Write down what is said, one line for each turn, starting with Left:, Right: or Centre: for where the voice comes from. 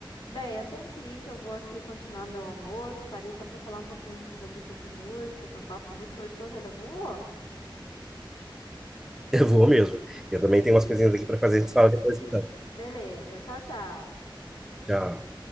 Left: Bem, eu tenho que ir, que eu vou aqui continuar meu almoço. Parei só pra falar um pouquinho com você sobre música. Foi um papo muito gostoso, olha, voou.
Centre: <laughs> Eu vou mesmo. Eu também tenho umas coisinhas aqui para fazer, a gente fala depois então.
Left: Beleza, tchau, tchau.
Centre: Tchau.